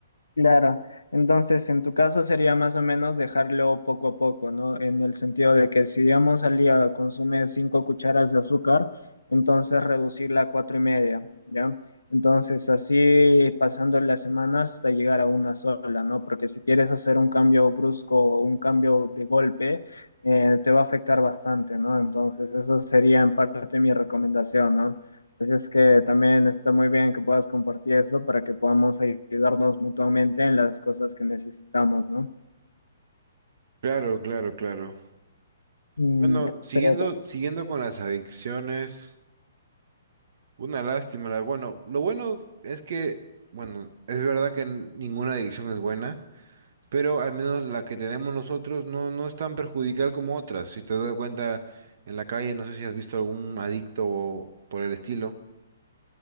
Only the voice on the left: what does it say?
Claro, entonces en tu caso sería más o menos dejarlo poco a poco, ¿no? En el sentido de que si digamos al día consume cinco cucharas de azúcar, entonces reducirla a cuatro y media, ¿ya? Entonces así pasando la semana hasta llegar a una sola, ¿no? Porque si quieres hacer un cambio brusco o un cambio de golpe, eh, te va a afectar bastante, ¿no? Entonces esa sería en parte mi recomendación, ¿no? Así es que también está muy bien que puedas compartir eso para que podamos ayudarnos mutuamente en las cosas que necesitamos, ¿no?
Mm,
Pero